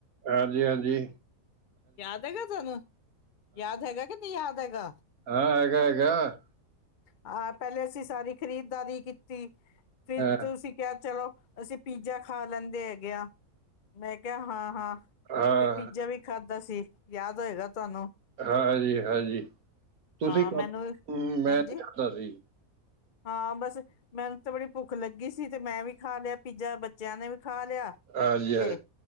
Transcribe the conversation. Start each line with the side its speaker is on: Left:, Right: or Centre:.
Right: ਹਾਂਜੀ-ਹਾਂਜੀ-ਹਾਂਜੀ-ਹਾਂਜੀ-ਹਾਂਜੀ-ਹਾਂਜੀ।
Left: ਯਾਦ ਹੈਗਾ ਤੁਹਾਨੂੰ ਯਾਦ ਹੈਗਾ ਕਿ ਨਹੀਂ ਯਾਦ ਹੈਗਾ
Right: ਹਾਂ, ਹੈਗਾ-ਹੈਗਾ।
Left: ਹਾਂ, ਪਹਿਲੇ ਅਸੀਂ ਸਾਰੀ ਖਰੀਦਦਾਰੀ ਕੀਤੀ ਫਿਰ
Right: ਹਾਂ
Left: ਤੁਸੀਂ ਕਿਹਾ ਚਲੋ ਅਸੀਂ ਪੀਜ਼ਾ ਖਾ ਲੈਂਦੇ ਹੈਗੇ ਆ ਮੈਂ ਕਿਹਾ ਹਾਂ-ਹਾਂ। ਫਿਰ
Right: ਹਾਂ
Left: ਪੀਜ਼ਾ ਵੀ ਖਾਧਾ ਸੀ ਯਾਦ ਹੋਏਗਾ ਤੁਹਾਨੂੰ।
Right: ਹਾਂਜੀ ਹਾਂਜੀ, ਤੁਸੀਂ
Left: ਹਾਂ
Right: ਖਾਦਾਂ
Left: ਮੈਨੂੰ
Right: ਮੈਂ
Left: ਹਾਂਜੀ
Right: ਖਾਦਾਂ ਸੀ।
Left: ਹਾਂ, ਬਸ ਮੈਨੂੰ ਤੇ ਬੜੀ ਭੁੱਖ ਲੱਗੀ ਸੀ ਤੇ ਮੈਂ ਵੀ ਖਾ ਲਿਆ ਪੀਜ਼ਾ ਬੱਚਿਆਂ ਨੇ ਵੀ ਖਾ ਲਿਆ
Right: ਹਾਂਜੀ ਹਾਂਜੀ
Left: ਤੇ